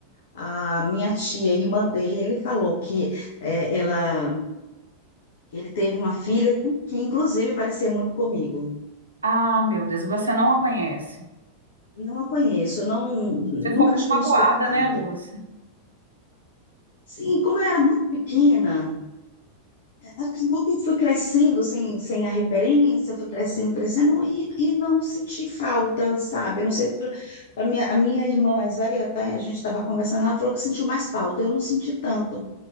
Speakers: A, on the left; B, on the right.
A: a minha tia, irmã dele, falou que eh, ela, ele teve uma filha que, inclusive, parecia muito comigo.
B: Ah, meu Deus, e você não a conhece.
A: Não a conheço, não,
B: Você ficou
A: nunca
B: muito
A: tivemos
B: magoada,
A: contato.
B: né, Lúcia?
A: Sim, como eu era muito pequena, acabou que fui crescendo sem, sem a referência, fui crescendo, crescendo, e, e não senti falta, sabe? Eu Não sei, por- pra minha, a minha irmã mais velha, até a gente estava conversando, ela falou que sentiu mais falta, eu não senti tanto,